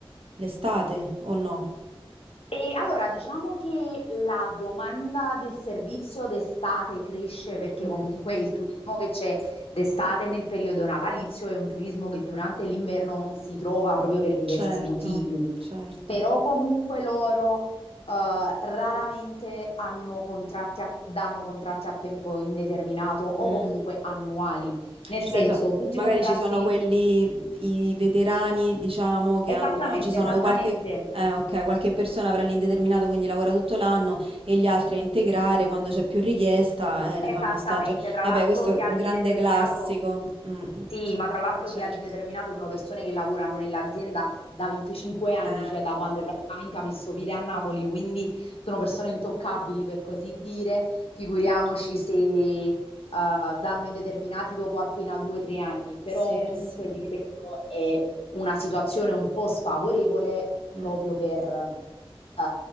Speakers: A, on the right; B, on the left.
A: l'estate, o no?
B: E allora diciamo che la domanda del servizio d'estate cresce perché
A: Mm,
B: comunque il turismo che c'è d'estate nel periodo natalizio è un turismo che durante l'inverno non si trova proprio per diversi
A: Certo,
B: motivi,
A: certo.
B: però comunque loro eh, raramente hanno contratti a- danno contratti a tempo indeterminato o
A: Mm.
B: comunque annuali, nel
A: Cioè,
B: senso
A: so-
B: tutti
A: magari
B: i contratti
A: ci sono quelli, i veterani, diciamo, che
B: esattamente,
A: hanno, ci sono
B: esattamente.
A: qualche, eh, ok, qualche persona avrà l'indeterminato, quindi lavora tutto l'anno, e gli altri a integrare quando c'è più richiesta, eh, li
B: Esattamente,
A: fanno stagio.
B: tra
A: Eh
B: l'altro
A: beh, questo
B: chi
A: è
B: ha
A: un
B: l'indeterminato
A: grande classico. Mm, mm,
B: Sì, ma tra l'altro
A: certo.
B: chi è all'indeterminato sono persone che lavorano nell'azienda da 25 anni,
A: Eh,
B: cioè da quando praticamente ha messo piede a Napoli, quindi sono persone intoccabili per così dire. Figuriamoci
A: certo.
B: se eh, danno indeterminati dopo appena due o tre anni, però
A: Sì,
B: comunque
A: sì.
B: ti ripeto è una situazione un po' sfavorevole
A: Mh.
B: proprio per eh,